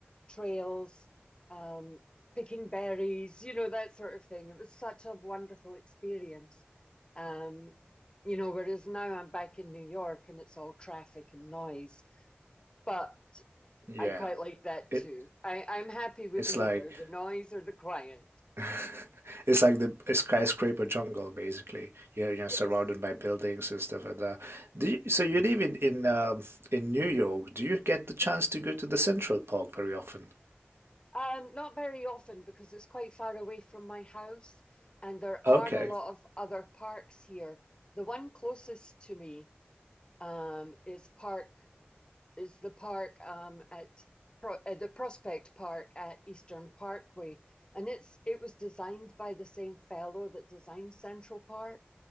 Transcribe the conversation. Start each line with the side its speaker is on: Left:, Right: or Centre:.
Left: trails um, picking berries you know that sort of thing it was such a wonderful experience um, you know whereas now i'm back in new york and it's all traffic and noise but
Right: Yeah.
Left: i quite like that
Right: It
Left: too I, i'm happy with
Right: It's
Left: either
Right: like
Left: the noise or the quiet
Right: <laughs> it's like the skyscraper jungle, basically. You're, you're
Left: Yes.
Right: surrounded by buildings and stuff like that. Do you, so you live in in um, in New York. Do you get the chance to go to the Central Park very often?
Left: Um, not very often because it's quite far away from my house, and there
Right: Okay,
Left: are a lot of other parks here. The one closest to me um, is park is the park um, at Pro uh, the Prospect Park at Eastern Parkway, and it's it was designed by the same fellow that designed Central Park,